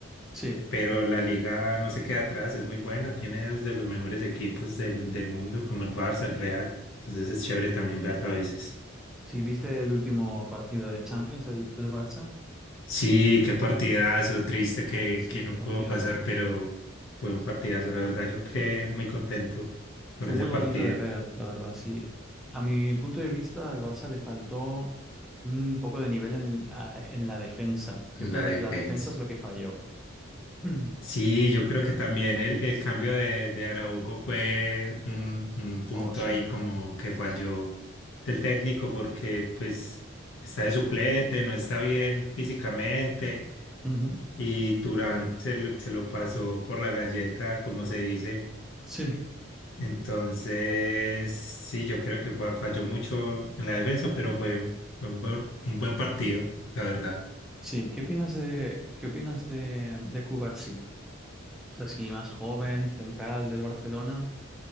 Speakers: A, in the centre; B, on the left (about 70°).
A: Sí.
B: pero la liga no se queda atrás, es muy buena, tiene dos de los mejores equipos del, del mundo, como el Barça, el Real, entonces es chévere también verla a veces.
A: Sí, ¿viste el último partido de Champions del, del Barça?
B: Sí, qué partidazo, triste que,
A: Sí,
B: que no
A: partidazo.
B: pudo pasar, pero fue un partidazo, la verdad, yo quedé
A: Sí.
B: muy contento con
A: Fue
B: ese
A: muy
B: partido,
A: bonito de ver, la verdad, sí. A mi punto de vista, al Barça le faltó un poco de nivel en, a- en la defensa. Yo creo
B: la
A: que
B: defensa.
A: la, la defensa es lo que falló. <clears throat>
B: Sí, yo creo que también el, el cambio de, de Araujo fue un, un punto
A: Oh, sí.
B: ahí como que falló del técnico porque pues está de suplente, no está bien físicamente
A: Ujú.
B: y Turán se lo, se lo pasó por la galleta, como se dice.
A: Sí,
B: Entonces, sí, yo creo que fa- falló mucho en la defensa, pero fue un, un buen un buen partido, la verdad.
A: sí. ¿Qué opinas de, qué opinas de, de Cubarsí? O sea, sí más joven, central del Barcelona.